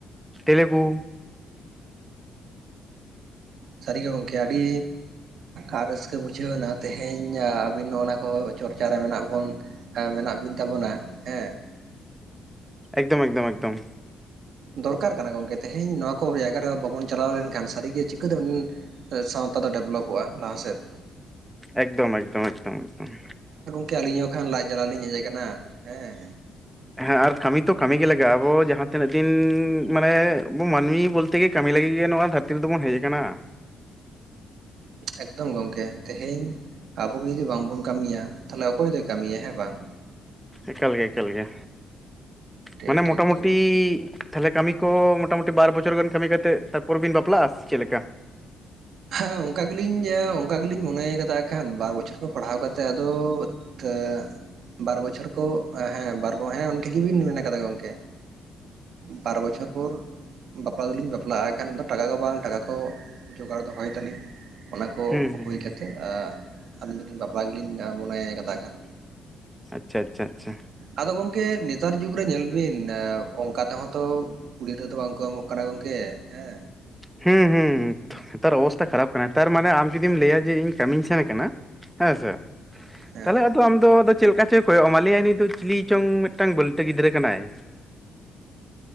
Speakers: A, in the centre; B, on the right (about 70°).
A: ᱛᱮᱞᱮᱜᱩ
B: ᱥᱟᱹᱨᱤ ᱜᱮ ᱜᱚᱢᱠᱮ ᱟᱹᱰᱤ ᱨᱟᱹᱥᱠᱟᱹ ᱵᱩᱡᱷᱟᱹᱣᱱᱟ ᱛᱮᱦᱮᱧ ᱟᱵᱤᱱ ᱱᱚ ᱚᱱᱟ ᱠᱚ ᱪᱚᱨᱪᱟᱨ ᱨᱮ ᱢᱮᱱᱟᱜ ᱵᱚᱱ ᱦᱮᱸ ᱢᱮᱱᱟᱜ ᱵᱤᱱ ᱛᱟᱵᱚᱱᱟ ᱦᱮᱸ
A: ᱮᱠᱫᱚᱢ ᱮᱠᱫᱚᱢ ᱮᱠᱫᱚᱢ
B: ᱫᱚᱨᱠᱟᱨ ᱠᱟᱱᱟ ᱜᱚᱢᱠᱮ ᱛᱮᱦᱮᱧ ᱱᱚᱣᱟ ᱠᱚ ᱡᱟᱭᱜᱟ ᱨᱮ ᱵᱟᱵᱚᱱ ᱪᱟᱞᱟᱣ ᱞᱮᱱᱠᱷᱟᱱ ᱥᱟᱹᱨᱤ ᱜᱮ ᱪᱤᱠᱟᱹ <unintelligible> ᱥᱟᱶᱛᱟ ᱫᱚ ᱰᱮᱵᱷᱞᱚᱯᱚᱜ-ᱟ ᱞᱟᱦᱟ ᱥᱮᱫ
A: ᱮᱠᱫᱚᱢ ᱮᱠᱫᱚᱢ ᱮᱠᱫᱚᱢ ᱮᱠᱫᱚᱢ
B: <unintelligible> ᱟᱹᱞᱤᱧᱚᱜ ᱠᱷᱟᱱ ᱞᱟᱡ ᱡᱟᱞᱟ ᱞᱤᱧ ᱦᱮᱡ ᱠᱟᱱᱟ ᱦᱮᱸ
A: ᱦᱮᱸ ᱟᱨ ᱠᱟᱹᱢᱤ ᱛᱚ ᱠᱟᱹᱢᱤ ᱜᱮ ᱞᱟᱜᱟᱜ-ᱟ ᱟᱵᱚ ᱡᱟᱦᱟᱸ ᱛᱤᱱᱟᱹᱜ ᱫᱤᱱ ᱢᱟᱱᱮ ᱟᱵᱚ ᱢᱟᱹᱱᱢᱤ ᱵᱚᱞᱛᱮ ᱜᱮ ᱠᱟᱹᱢᱤ ᱞᱟᱹᱜᱤᱫ ᱜᱮ ᱱᱚᱣᱟ ᱫᱷᱟᱹᱨᱛᱤ ᱨᱮᱫᱚ ᱵᱚᱱ ᱦᱮᱡ ᱠᱟᱱᱟ
B: ᱮᱠᱫᱚᱢ ᱜᱚᱝᱠᱮ ᱛᱮᱦᱮᱧ ᱟᱵᱚ ᱡᱩᱫᱤ ᱵᱟᱝᱵᱚᱱ ᱠᱟᱹᱢᱤᱭᱟ ᱛᱟᱦᱚᱞᱮ ᱚᱠᱚᱭ ᱫᱚᱭ ᱠᱟᱹᱢᱤᱭᱟ ᱦᱮᱸ ᱵᱟᱝ
A: ᱮᱠᱟᱞ ᱜᱮ ᱮᱠᱟᱞ ᱜᱮ
B: ᱴᱷᱤᱠ
A: ᱢᱟᱱᱮ
B: ᱴᱷᱤᱠ
A: ᱢᱚᱴᱟ ᱢᱩᱴᱤ
B: ᱴᱷᱤᱠ
A: ᱛᱟᱦᱚᱞᱮ ᱠᱟᱹᱢᱤ ᱠᱚ ᱢᱚᱴᱟ ᱢᱩᱴᱤ ᱵᱟᱨ ᱵᱚᱪᱷᱚᱨ ᱜᱟᱱ ᱠᱟᱹᱢᱤ ᱠᱟᱛᱮᱫ ᱛᱟᱨᱯᱚᱨ ᱵᱤᱱ ᱵᱟᱯᱞᱟᱜ-ᱟ ᱥᱮ ᱪᱮᱫ ᱞᱮᱠᱟ
B: ᱦᱮᱸ ᱚᱱᱠᱟ ᱜᱮ ᱞᱤᱧ ᱚᱱᱠᱟ ᱜᱮ ᱞᱤᱧ ᱢᱚᱱᱮᱭ ᱠᱟᱫᱟ ᱮᱠᱷᱟᱱ ᱵᱟᱨ ᱵᱚᱪᱷᱚᱨ ᱠᱷᱚᱱ ᱯᱟᱲᱦᱟᱣ ᱠᱟᱛᱮᱫ ᱟᱫᱚ ᱛᱚ ᱵᱟᱨ ᱵᱚᱪᱷᱚᱨ ᱠᱚ ᱦᱮᱸ ᱵᱟᱨ ᱦᱮᱸ ᱩᱱᱤ ᱴᱷᱮᱱ ᱜᱮᱵᱤᱱ ᱢᱮᱱ ᱠᱟᱫᱟ ᱜᱚᱝᱠᱮ ᱵᱟᱨ ᱵᱚᱪᱷᱚᱨ ᱯᱚᱨ ᱵᱟᱯᱞᱟ ᱫᱚᱞᱤᱧ ᱵᱟᱯᱞᱟᱜ-ᱟ ᱮᱱᱠᱷᱟᱱ ᱫᱚ ᱴᱟᱠᱟ ᱠᱚ ᱵᱟᱝ ᱴᱟᱠᱟ ᱠᱚ ᱡᱚᱜᱟᱲ ᱫᱚᱦᱚᱭ ᱫᱟᱞᱤᱧ ᱚᱱᱟ ᱠᱚ
A: ᱦᱩᱸ ᱦᱩᱸ
B: ᱦᱩᱭ
A: ᱦᱩᱸ
B: ᱠᱟᱛᱮᱫ ᱟᱻ ᱟᱹᱞᱤᱧ ᱫᱚ ᱞᱤᱧ ᱵᱟᱯᱞᱟ ᱜᱮᱞᱤᱧ ᱢᱚᱱᱮᱭᱟ ᱠᱟᱛᱷᱟ ᱠᱟᱱ
A: ᱟᱪᱪᱷᱟ ᱟᱪᱪᱷᱟ ᱟᱪᱪᱷᱟ
B: ᱟᱫᱚ ᱜᱚᱝᱠᱮ ᱱᱮᱛᱟᱨ ᱡᱩᱜᱽ ᱨᱮ ᱧᱮᱞ ᱵᱤᱱ ᱚᱱᱠᱟ ᱛᱮᱦᱚᱸ ᱛᱚᱼᱼ ᱠᱩᱲᱤ ᱛᱮᱫᱚ ᱵᱟᱝ ᱠᱚ ᱮᱢᱚᱜ ᱠᱟᱱᱟ ᱜᱚᱝᱠᱮ ᱦᱮᱸ
A: ᱦᱩᱸ ᱦᱩᱸ ᱱᱮᱛᱟᱨ ᱚᱵᱚᱥᱛᱟ ᱠᱷᱟᱨᱟᱯ ᱠᱟᱱᱟ ᱛᱟᱨᱢᱟᱱ ᱮ ᱟᱢ ᱡᱩᱫᱤᱢ ᱞᱟᱹᱭᱟ ᱡᱮ ᱤᱧ ᱠᱟᱹᱢᱤᱧ ᱥᱮᱱ ᱟᱠᱟᱱᱟ᱾ ᱦᱮᱸ ᱥᱮ
B: ᱦᱮᱸ
A: ᱛᱟᱦᱚᱞᱮ ᱟᱫᱚ ᱟᱢ ᱫᱚ ᱟᱫᱚ ᱪᱮᱫ ᱞᱮᱠᱟ ᱪᱚᱭ ᱠᱚᱭᱚᱜᱼᱟ ᱢᱟ ᱞᱟᱭᱼᱟᱭ ᱱᱩᱭ ᱫᱚ ᱪᱤᱞᱤ ᱪᱚᱝ ᱢᱤᱫᱴᱟᱝ ᱵᱟᱹᱞᱴᱟᱹ ᱜᱤᱫᱽᱨᱟᱹ ᱠᱟᱱᱟᱭ᱾